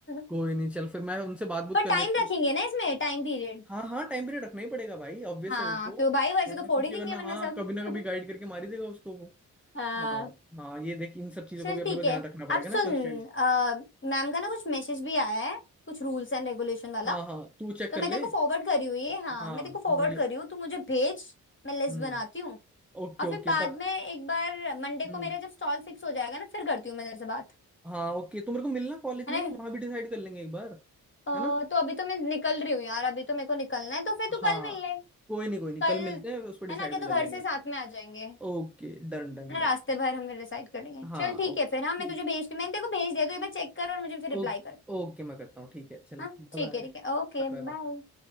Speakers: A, in the centre; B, on the left.
A: कोई
B: <laughs>
A: नहीं चल फिर मैं उनसे बात बुत
B: पर
A: कर
B: टाइम
A: लेता
B: रखेंगे
A: हूँ।
B: ना इसमें टाइम पीरियड
A: हाँ हाँ टाइम पीरियड रखना ही पड़ेगा भाई ऑब्वियस
B: हाँ
A: है वो तो
B: क्यों भाई वैसे
A: वरना
B: तो फोड़
A: क्योंकि
B: ही देंगे
A: वरना
B: वरना
A: हाँ
B: सब
A: कभी ना
B: <laughs>
A: कभी गाइड करके मार ही देगा उसको वो
B: हाँ
A: हाँ हाँ ये देख इन सब चीजों
B: चल
A: को भी अपने
B: ठीक
A: को
B: है
A: ध्यान रखना पड़ेगा
B: अब सुन
A: ना कंस्ट्रेंट्स
B: अ, मैम का ना कुछ मैसेज भी आया है कुछ रूल्स एंड रेगुलेशन वाला
A: हाँ हाँ तू चेक
B: तो
A: कर
B: मैं
A: ले
B: तेरे को फॉरवर्ड कर रही हूँ ये हाँ
A: हाँ
B: मैं तेरे को फॉरवर्ड
A: मुझे
B: कर रही हूँ तू मुझे भेज मैं लिस्ट
A: हम्म
B: बनाती हूँ
A: ओके
B: और
A: ओके
B: फिर बाद
A: तब
B: में एक बार मंडे
A: हम्म
B: को मेरा जब स्टॉल फिक्स हो जाएगा ना फिर करती हूँ मैं तेरे से बात
A: हाँ ओके तो मेरे को मिलना कॉलेज
B: है
A: में
B: ना
A: वहां भी डिसाइड कर लेंगे एक बार
B: अ,
A: है ना
B: तो अभी तो मैं निकल रही हूँ यार अभी तो मेरे को निकलना है तो फिर तू
A: हाँ
B: कल मिल ले
A: कोई नहीं कोई नहीं
B: कल
A: कल मिलते हैं उस पर डिसाइड
B: है ना क्या
A: भी
B: तो
A: कर लेंगे
B: घर से साथ में आ जाएंगे है
A: Okay done done
B: ना
A: done
B: रास्ते भर हम डिसाइड कर लेंगे
A: हाँ
B: चल ठीक
A: ओके
B: है फिर हाँ
A: ठीक
B: मैं तुझे भेजती मैंने तेरे को भेज दिया तो एक बार चेक कर और मुझे फिर रिप्लाई
A: ओके
B: कर
A: ओके मैं करता हूँ ठीक है चल
B: हाँ
A: बाय
B: ठीक है ठीक है ओके
A: बाय Bye bye
B: बाय